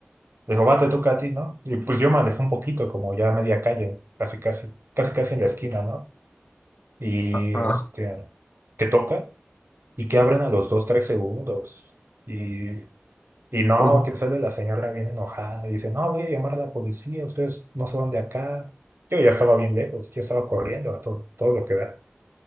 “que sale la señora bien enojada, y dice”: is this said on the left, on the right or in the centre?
Right